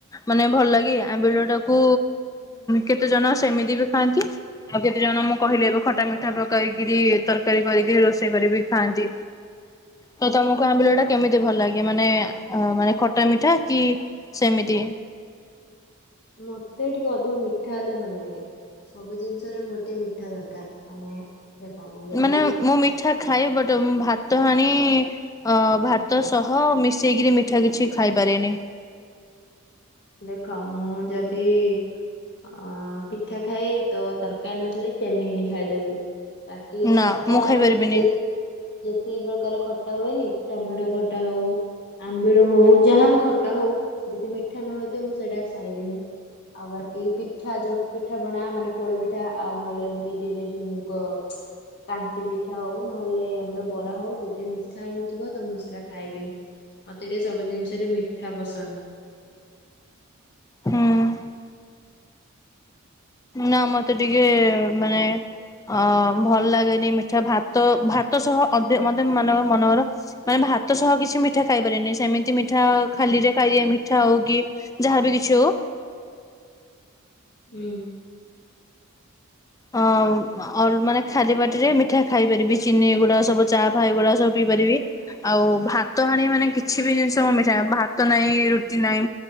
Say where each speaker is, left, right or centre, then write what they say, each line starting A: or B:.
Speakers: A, on the left; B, on the left.
A: ମାନେ ଭଲ ଲାଗେ ଆମ୍ବିଳ ଟାକୁ କେତେ ଜନ ସେମିତି ବି ଖାଆନ୍ତି। ଆଉ କେତେ ଜଣ ମୁଁ କହିଲି ଏବେ ଖଟା ମିଠା ପକେଇକିରି ତରକାରୀ କରିକି ରୋଷେଇ କରିବି। ଖାଆନ୍ତି ତ ତମକୁ ଆମ୍ବିଳ ଟା କେମିତି। ଭଲ ଲାଗେ ମାନେ ଅ ମାନେ ଖଟା ମିଠା କି ସେମିତି।
B: ମତେ ଟିକେ ଅଧିକ ମିଠା ହେଲେ ଭଲ ଲାଗେ। ସବୁ ଜିନିଷରେ ମୋର ଟିକେ ମିଠା ଦରକାର ମାନେ। ଦେଖ ମୁଁ ଯଦି
A: ମାନେ ମୁଁ ମିଠା ଖାଏ ବଟ ମୁ ଭାତ ହାଣି। ଅ ଭାତ ସହ ମିଶେଇ କିରି ମିଠା କିଛି ଖାଇପାରେନି।
B: ଦେଖ ମୁଁ ଯଦି। ଅ ପିଠା ଖାଇ ତ ତରକାରୀ ନଥିଲେ ଚେନି ହେନି ଖାଇଦେବି। ବାକି
A: ନା
B: ଖଟା
A: ମୁଁ
B: ଆମର
A: ଖାଇପାରିବିନି
B: ଯେତେ ଯେତିକି ପ୍ରକାର ଖଟା ହୁଏନି ଟମାଟୋ ଖଟା ହଉ। ଆମ୍ବିଳ ହଉ ଯାହାବି ଖଟା ହଉ ଯଦି ମିଠା ନ ହୋଇଥିବ ତ ମୁଁ ସେଇଟା ଖାଇବିନି। ଆଉ ବାକି ପିଠା ଯୋଉ ପିଠା ପଣା ମାନେ ପୋଡପିଠା ଆଉ ନହେଲେ ବିରିରେ ଯୋଉ ମୁଗ। କାନ୍ତି ପିଠା ହଉ ନହେଲେ ଆମର ବରା ହଉ ଯଦି ମିଠା ହେଇନଥିବ ତ ମୁଁ ସେରା ଖାଇବିନି। ମତେ ଟିକେ ସବୁ ଜିନିଷରେ ମିଠା ପସନ୍ଦ। <unintelligible>
A: ହୁଁ ନା ମତେ ଟିକେ ମାନେ। ଅ ଭଲ ଲାଗେନି ମିଠା ଭାତ ଭାତ ସହ ଅଧେ ମତେ ମାନେ ମନକର। ମାନେ ଭାତ ସହ କିଛି ମିଠା ଖାଇପାରେନି ସେମିତି ମିଠା ଖାଲିରେ ଖାଇଦିଏ ମିଠା ହଉ କି। ଯାହାବି କିଛି ହଉ।
B: ହୁଁ।
A: ଅ ଅର ମାନେ ଖାଲି ପାଟିରେ ମିଠା ଖାଇପାରିବି ଚିନି ଏଗୁଡା ସବୁ ଚା ଫା ଏଗୁଡାକ ସବୁ ପିଇ ପାରିବି। ଆଉ ଭାତ ହାଣି ମାନେ କିଛି ବି ଜିନିଷ ମୁଁ ମିଠା ଭାତ ନାହିଁ ରୁଟି ନାହିଁ।